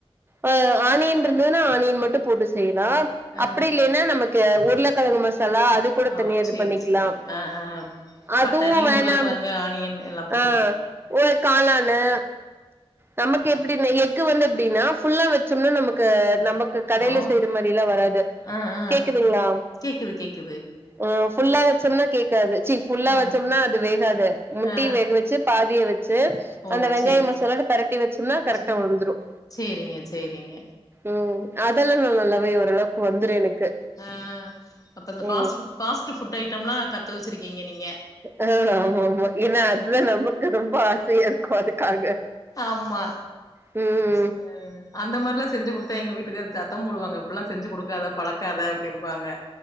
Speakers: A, on the right; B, on the left.
A: அ ஆணியன் இன்ருதுன்னா ஆணியன் மட்டும் போட்டு செய்லாம்
B: ஆ
A: அப்டி இல்ல ன்னா நமக்கு உருளக்கெழங்கு மசாலா அதுக் கூட
B: ஓ
A: தனியா இது
B: சேரி
A: பண்ணிக்லாம்
B: சேரி ஆ ஆ
A: அதுவும்
B: பட்டாணி
A: வேணா
B: உருளக்கெழங்கு
A: அப்டி
B: ஆனியன் எல்லா போட்டுக்கலா
A: அ ஓ காளானு நமக்கு எப்டின் எக்கு வந்து எப்டின்னா ஃபுல்லா வச்சோம்னா நமக்கு நம க்கு கடையில
B: ஹலோ
A: செய்ற மாரில்லாம் வராது
B: ஆ ஆ
A: கேக்குதுங்ளா
B: கேக்குது கேக்குது
A: அ ஃபுல்லா வச்சோம்னா கேக்காது சீ ஃபுல்லா
B: ஆம்
A: வச்சோம்னா அது வேகாது முட்டய
B: ஆ
A: வேகவச்சு பாதிய வச்சு
B: ஓ
A: அந்த வெங்காய
B: சேரி
A: மசாலா
B: சேரி
A: ஓட தெரட்டி வச்சோம்னா கரெக்டா
B: சும்
A: வுழுந்துரும்
B: சேரிங்க சேரிங்க
A: ம் அதெல்லாம் நா நல்லாவே ஓரளவுக்கு வந்துரும் எனக்கு
B: ஆ அப்ப அந்த ஃபாஸ்ட்டு
A: ம்
B: ஃபாஸ்ட் ஃபுட் ஐட்டம்லா கத்து வச்சிருக்கீங்க நீங்க
A: அ ஆமா ஆமா ஏன்னா அதுதா நமக்கு ரொம்ப ஆசையா இருக்கும் அதுக்காக
B: ஆமா
A: ம்
B: சே அந்த மாரிலா செஞ்சு குடுத்தா எங்க வீட்டுக்கார் சத்தம் போடுவாங்க இப்டில்லா செஞ்சு குடுக்காத பழக்காத அப்டின்ம்பாங்க